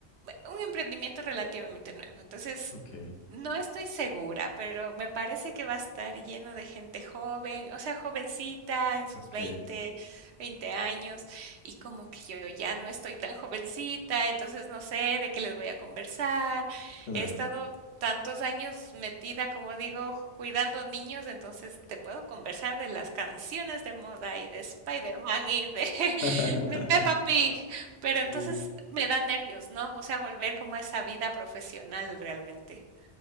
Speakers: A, on the right (about 80°); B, on the left (about 70°).
A: un emprendimiento relativamente nuevo. Entonces,
B: Ok,
A: no estoy segura, pero me parece que va a estar lleno de gente joven, o sea, jovencita, en sus
B: ok,
A: veinte, veinte años, y como que yo ya no estoy tan jovencita, entonces no sé de qué les voy a conversar.
B: claro.
A: He estado tantos años metida, como digo, ju- cuidando niños, entonces te puedo conversar de las canciones de moda y de Spider-Man y de, <laughs>
B: <laughs>
A: de Peppa Pig, pero
B: Sí.
A: entonces me dan nervios, ¿no? O sea, volver como a esa vida profesional realmente.